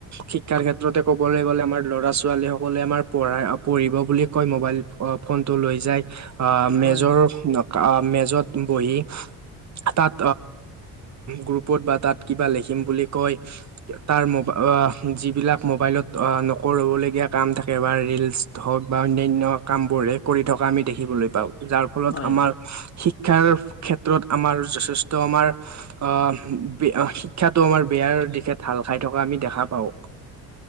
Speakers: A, on the right; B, on the left.
A: শিক্ষাৰ ক্ষেত্ৰতে ক'বলৈ গ'লে আমাৰ ল'ৰা ছোৱালী সকলে আমাৰ পঢ়াই পঢ়িব বুলি কয় মোবাইল ফোন টো লৈ যায়। আহ মেজৰ
B: হয় হয়
A: মেজত বহি তাত গ্ৰুপত বা তাত কিবা লিখিম বুলি কৈ তাৰ ম অ যিবিলাক মোবাইলত আ ন নকৰিবলগীয়া কাম থাকে বা ৰিলচ হওক বা অন্যান্য কামবোৰহে কৰি থকা আমি দেখিবলৈ পাওঁ যাৰ ফলত
B: হয়
A: আমাৰ
B: হয়।
A: শিক্ষা শিক্ষাৰ ক্ষেত্ৰত আমাৰ যথেষ্ট আমাৰ শিক্ষাটো আমাৰ বেয়াৰ দিশে ঢাল খাই থকা আমি দেখা পাওঁ।